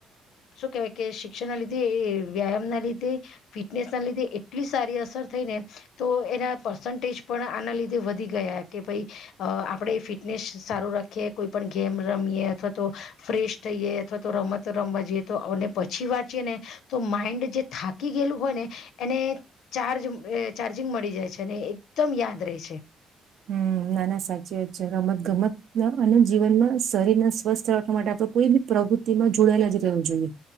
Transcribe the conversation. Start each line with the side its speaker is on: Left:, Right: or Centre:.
Left: શું કેવાય કે શિક્ષણ ના લીધે વ્યાયામ ના લીધે ફિટનેસ ના લીધે એટલી સારી અસર થઈને તો એના પર્સન્ટેજ પણ આના લીધે વધી ગયા કે ભાઈ આપણે ફિટનેસ સારું રાખીએ કોઈ પણ ગેમ રમીએ અથવા તો ફ્રેશ થઈએ અથવા તો રમતો રમવા જઈએ તો પછી વાંચીએ ને તો માઈન્ડ જે થાકી ગયેલું હોય ને એને ચાર્જ એ ચાર્જિંગ મળી જાય છે ને એકદમ યાદ રહે છે
Right: હમ નાના સાચી જ છે રમત ગમત અને જીવન માં શરીરને સ્વસ્થ રાખવા માટે આપડે કોઈ બી પ્રવૃતિ ન જોડાયેલા જ રહેવું જોઈએ